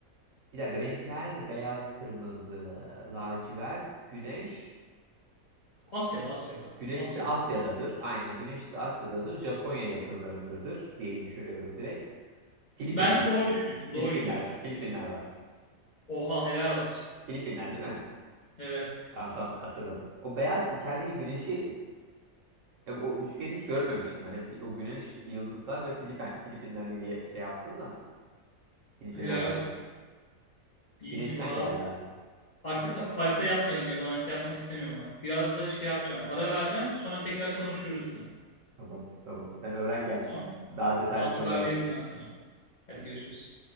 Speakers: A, on the right (about 60°); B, on the left (about 40°).
A: Bir dakika renkler beyaz, kırmızı, lacivert, güneş.
B: Asya'da Asya'da.
A: Güneşse
B: Asya'da
A: Asya'dadır.
B: yani.
A: Aynen güneşse Asya'dadır. Japonya yakınlarındadır diye düşünüyorum direkt. Filipinler.
B: Bence doğru düşünüyorsun.
A: Filipinler.
B: Doğru gidiyorsun.
A: Filipinler var.
B: Oha helal olsun.
A: Filipinler değil mi?
B: Evet.
A: Tamam tamam hatırladım. O beyaz içerideki güneşi e, o üçgeni hiç görmemişim ben. Hep o güneş, yıldızlar ve Filipen, Filipinler diye şey yaptım da Filipinler
B: Helal
A: geldi.
B: olsun. İyi
A: Güneşten
B: gibi abi.
A: geldi abi.
B: Artık harita yapmayalım ya. Ben harita yapmak istemiyorum artık. Biraz da şey yapacağım. Ara vereceğim. Sonra tekrar konuşuruz yine.
A: Tamam tamam. Sen öğren gel.
B: Tamam.
A: Daha detaylı
B: Tamam
A: sorular
B: haber veririm
A: burada.
B: ben sana. Hadi görüşürüz.